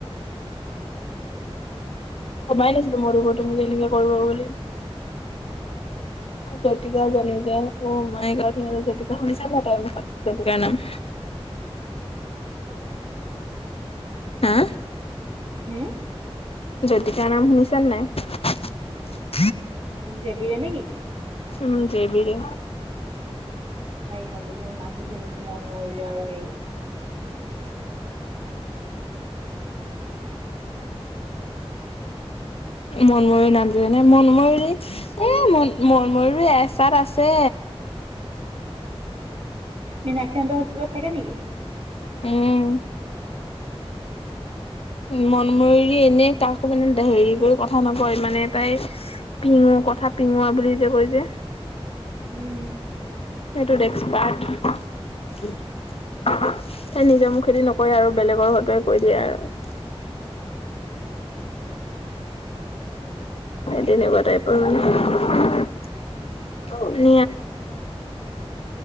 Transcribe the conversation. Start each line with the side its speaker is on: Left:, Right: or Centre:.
Left: ভমাই নাছিলো মোৰ দু তুমি যেনেকে কৰিব বুলি ।জয়তিকা জনী যে মাই জতিকা শুনিছাবা তাইৰ মুখত জতিকাৰ নাম। হা।
Right: হম
Left: জুতিকাৰ নাম শুনিছে নাই।
Right: জেবৰীয়া নেকি?
Left: উম জেবিয়া।
Right: মন্দুজনী নামি শুনিছো মইন মৰি আৰু এই।
Left: মনময়ৰী নামটো জনেে মনময়ৰী এ মন মনময়ৰ এচাত আছে।
Right: মিনাকীহন্দ হস্পিটেলত থাকে নেকি।
Left: উম। মনময়ৰি এনে কাকো মানে হেৰি কৰি কথা নকয়। মানে তাই পিঙো কথা পিঙোৱা বুলি যে কৈ যে
Right: উম
Left: সেইটোত এক্সপাৰ্ট তাই নিজৰ মোক খেতি নকৰে আৰু বেলেগৰ সতে কৈ দিয়ে আৰু। স তেনেকুৱা টাইপৰ মানেীয়াতে